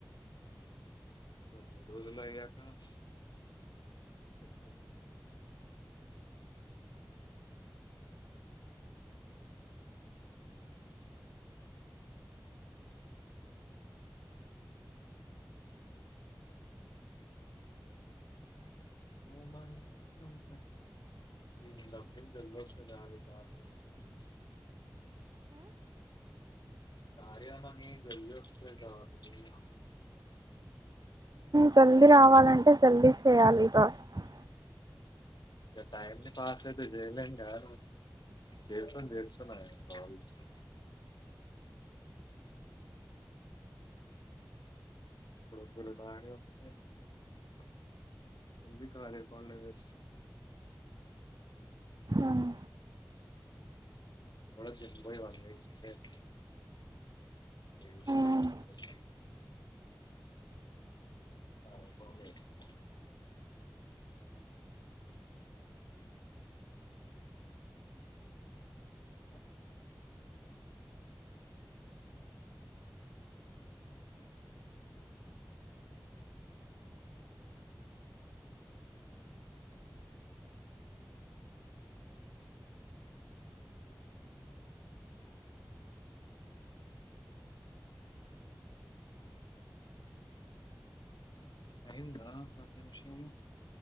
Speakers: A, on the left; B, on the right.
A: <inaudible> <inaudible> <unintelligible> కార్య అన్నది <inaudible>
B: జల్దీ రావాలంటే జల్దీ చేయాలి టాస్కులు
A: ఈ టైమ్ ని పాస్ అయితే చేయలేమ్ కదా చేస్తన్న చేస్తన్న <unintelligible> <unintelligible> ఎబ్లి కాాలి కాలేజెస్
B: ఉమ్
A: బబయి వా <unintelligible> తె <unintelligible>
B: ఉమ్
A: ఆల్ఫాబెట్స్ అ అయింద పద్ నిమిషాలు